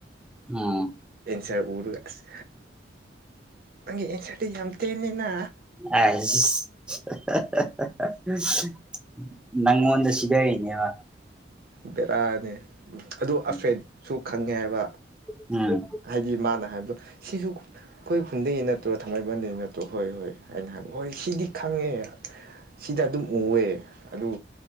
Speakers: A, in the centre; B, on the right.
A: ꯑ
B: ꯑꯦꯟꯁꯔ ꯎꯔꯒ ꯑꯁ ꯅꯪꯒꯤ ꯑꯦꯟꯁꯔꯗꯤ ꯌꯥꯝ ꯇꯦꯜꯂꯤꯅ
A: ꯑꯥꯏꯁ ꯅꯪꯉꯣꯟꯗ ꯁꯤꯗꯔꯤꯅꯦꯕ
B: ꯕꯦꯔꯥꯅꯤ ꯑꯗꯨ
A: ꯎꯝ
B: ꯑꯐ꯭ꯔꯦꯠꯁꯨ ꯈꯪꯉꯦ ꯍꯥꯏꯕ
A: ꯎꯝ
B: ꯍꯥꯏꯗꯤ ꯃꯥꯅ ꯍꯥꯏꯕꯗꯣ ꯁꯤꯁꯨ ꯑꯈꯣꯏ ꯈꯨꯟꯗꯒꯤ ꯅꯠꯇ꯭ꯔꯣ ꯊꯥꯡꯃꯩꯕꯟꯗꯒꯤꯗꯒꯤ ꯅꯠꯇ꯭ꯔꯣ ꯍꯣꯏ ꯍꯣꯏ ꯑꯩꯅ ꯍꯥꯏꯕ ꯍꯣꯏ ꯁꯤꯗꯤ ꯈꯪꯉꯦ ꯁꯤꯗ ꯑꯗꯨꯝ ꯎꯋꯦ ꯑꯗꯨ